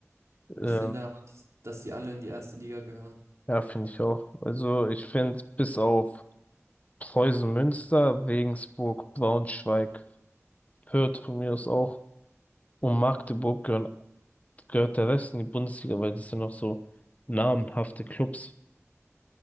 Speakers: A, on the left (about 30°); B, on the right (about 70°).
A: Ähm,
B: Ich finde aber, dass die alle in die erste Liga gehören.
A: ja, finde ich auch. Also ich finde, bis auf Preußen Münster, Regensburg, Braunschweig, Fürth von mir aus auch und Magdeburg gehören, gehört der Rest in die Bundesliga, weil das sind noch so namenhafte Clubs.